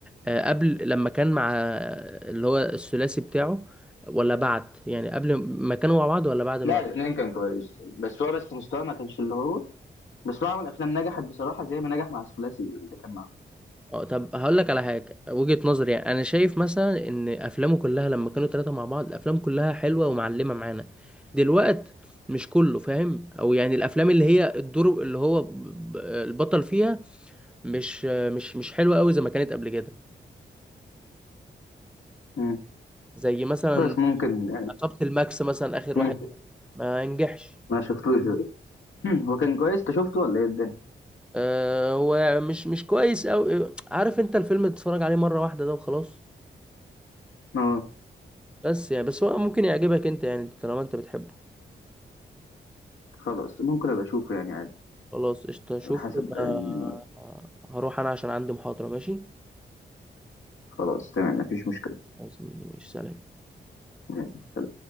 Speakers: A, in the centre; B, on the left.
A: آه، قبل لما كان مع آه، اللي هو الثلاثي بتاعه ولا بعد يعني قبل ما كانوا مع بعض ولا بعد ما
B: لا الاثنين كان كويس بس هو بس مستواه ما كانش اللي هو بس هو عمل افلام نجحت بصراحه زي ما نجح مع الثلاثي اللي كان معاه
A: اه طب هقول لك على حاجه وجهه نظري يعني انا شايف مثلا ان افلامه كلها لما كانوا ثلاثه مع بعض الافلام كلها حلوه ومعلمه معانا دلوقت مش كله فاهم او يعني الافلام اللي هي الدور اللي هو ب- ب- البطل فيها مش مش مش حلوه قوي زي ما كانت قبل كده
B: مم.
A: زي مثلا
B: بس ممكن
A: عصابه الماكس مثلا اخر
B: مم.
A: واحد ما نجحش
B: ما شفتوش مم. <clears throat> هو كان كويس انت شفته ولا ايه الدنيا
A: آه هو مش مش كويس قوي عارف انت الفيلم تتفرج عليه مره واحده ده وخلاص
B: اه
A: بس يعني بس هو ممكن يعجبك انت يعني طالما انت بتحبه
B: خلاص ممكن ابقى اشوفه يعني عادي
A: خلاص قشطة شوف
B: على حسب يعني
A: انا هروح انا عشان عندي محاضرة ماشي
B: خلاص تمام مفيش مشكله
A: خلاص ماشي سلام
B: ماشي، سلام.